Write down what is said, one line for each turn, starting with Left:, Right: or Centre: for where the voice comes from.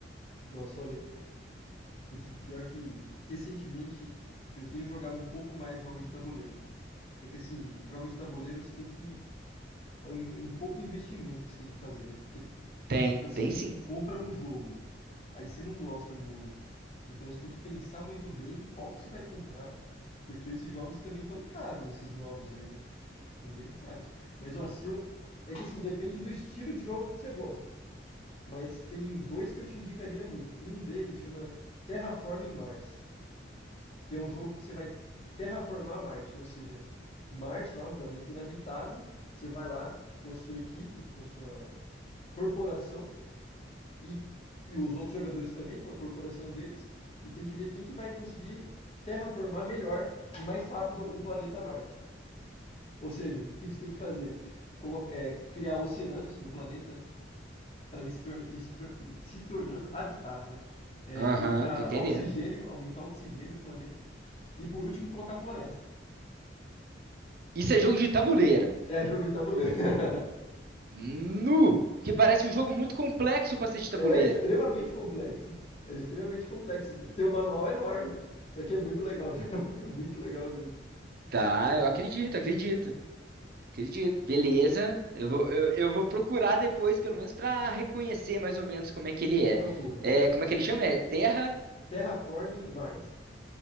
Left: Nossa, olha, putz, o pior é que recentemente eu tenho jogado um pouco mais jogos de tabuleiro. É que assim, jogos de tabuleiro você tem que. É um é um pouco o investimento que você tem que fazer, né? Porque,
Right: Tem,
Left: tipo assim,
Right: tem sim.
Left: compra um jogo, aí você não gosta muito. Então você tem que pensar muito bem qual que você vai comprar, porque esses jogos também estão caros, esses novos aí, né? Estão bem caros. Mas ó, se eu. É que assim, depende do estilo de jogo que você gosta. Mas tem dois que eu te indicaria muito. Um deles chama Terraforming Mars, que é um jogo que você vai terraformar Marte, ou seja, Marte lá, é um planeta inabitável, você vai lá com a sua equipe, com a sua corporação e, e os outros jogadores também, com a corporação deles, e tem que ver quem que vai conseguir terraformar melhor e mais rápido o planeta Marte. Ou seja, o que, que você tem que fazer? Colo- é, criar oceanos no planeta, né? para ele se, torna, e se, tor- e se tornando habitável, né? É,
Right: Aham,
Left: colocar
Right: tô entendendo.
Left: oxigênio, aumentar o oxigênio do planeta e por último colocar floresta.
Right: Isso é jogo de tabuleiro.
Left: É jogo de tabuleiro. <laughs>
Right: Nu! Porque parece um jogo muito complexo pra ser de
Left: É
Right: tabuleiro.
Left: extremamente complexo. É extremamente complexo. Tem um manual enorme. Só que é muito legal, <laughs> já. É muito legal mesmo.
Right: Tá, eu acredito, acredito. Acredito. Beleza. Eu vou, eu, eu vou procurar depois, pelo menos, pra reconhecer mais ou menos como é que ele é.
Left: Procura,
Right: É,
Left: procura.
Right: como é que ele chama? É Terra?
Left: Terraforming Mars.